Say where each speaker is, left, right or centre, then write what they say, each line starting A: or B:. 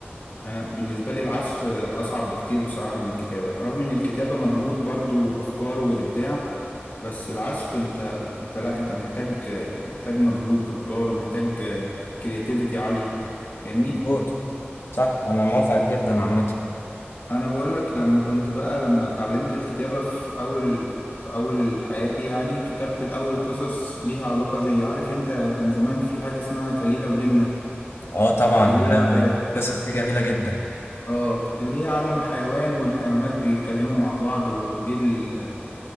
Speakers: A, on the left; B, on the left.
A: انا بالنسبه لي العزف اصعب بكتير بصراحه من الكتابه رغم ان الكتابه مجهود برضو افكار وابداع بس العزف انت انت لا انت محتاج محتاج مجهود جبار ومحتاج كرياتيفيتي عاليه فاهمني
B: مظبوط صح انا موافق جدا عامة
A: انا بقول لك لما كنت بقى لما اتعلمت الكتابه في اول في اول حياتي يعني كتبت الاول قصص ليها علاقه زي عارف انت كان زمان في حاجه اسمها كليله ودمنه
B: اه طبعا
A: اللي
B: يا لهوي
A: هي بتاعت
B: القصص دي جميلة جدا
A: اه اللي هي عالم الحيوان والحيوانات بيتكلموا مع بعض وايه ال...